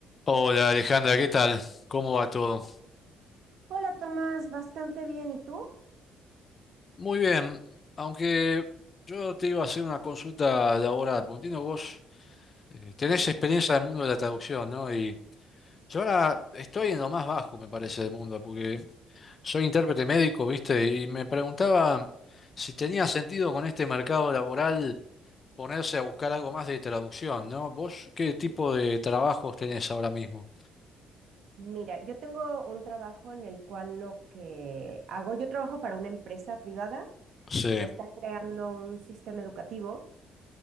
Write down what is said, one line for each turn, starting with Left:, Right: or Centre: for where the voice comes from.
Left: Hola Alejandra, ¿qué tal? ¿Cómo va todo?
Right: Hola Tomás, bastante bien. ¿Y tú?
Left: Muy bien, aunque yo te iba a hacer una consulta laboral, porque entiendo que vos eh, tenés
Right: Ujú.
Left: experiencia en el mundo de la traducción, ¿no? Y yo ahora estoy en lo más bajo, me parece, del mundo, porque soy intérprete médico, ¿viste? Y me preguntaba si tenía sentido con este mercado laboral ponerse a buscar algo más de traducción, ¿no? ¿Vos qué tipo de trabajos tenés ahora mismo?
Right: Mira, yo tengo un trabajo en el cual lo que hago, yo trabajo para una empresa privada
Left: Sí,
Right: que está creando un sistema educativo